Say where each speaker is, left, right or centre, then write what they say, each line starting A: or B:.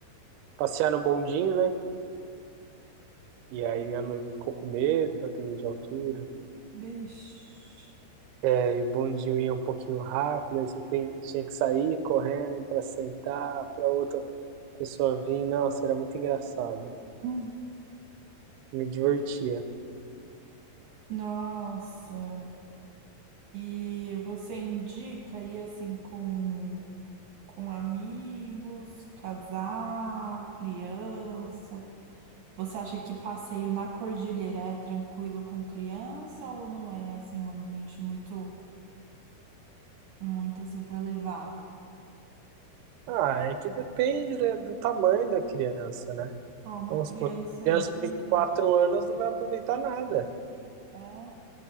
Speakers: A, on the right; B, on the right.
A: Passear no bondinho, né? E aí minha noiva ficou com medo, que ela tem medo de altura.
B: Bicho.
A: É, E aí o bondinho ia um pouquinho rápido, aí você tem- tinha que sair correndo pra sentar, pra outra pessoa vir. Nossa, era muito engraçado.
B: Hum.
A: Me divertia.
B: Nossa. E você indica aí assim com, com amigos, casal, criança? Você acha que passeio na cordilheira é tranquilo com criança ou não é assim um ambiente muito muito assim para levar?
A: Ah, é que depende da- do tamanho da criança, né?
B: Ó, uma
A: Vamos
B: criança
A: supor, criança
B: de
A: de 4 anos não vai aproveitar nada.
B: é?